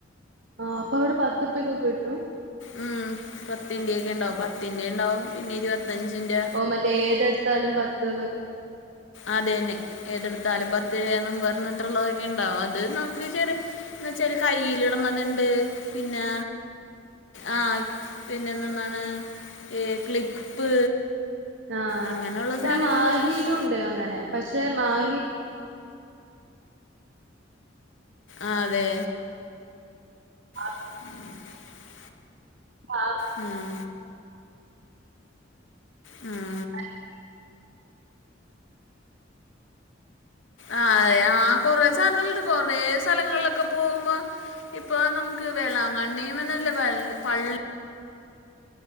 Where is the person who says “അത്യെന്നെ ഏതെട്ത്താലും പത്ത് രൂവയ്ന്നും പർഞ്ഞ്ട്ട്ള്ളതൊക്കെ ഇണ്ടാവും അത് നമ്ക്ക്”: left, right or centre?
Left